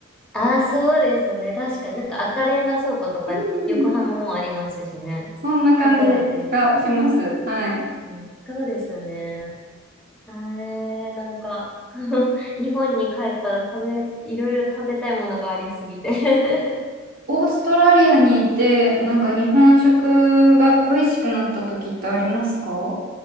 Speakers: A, in the centre; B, on the right.
A: ああ、そうですね。確かになんか赤レンガ倉庫とか、
B: うんうん
A: 横浜もありますしね。
B: そんな感じがします。
A: 函館に。
B: はい。
A: うん、そうですね。えー、なんか、<laughs> 日本に帰ったら食べ、いろいろ食べたいものがありすぎて <laughs>
B: オーストラリアにいて、なんか日本食が恋しくなった時ってありますかは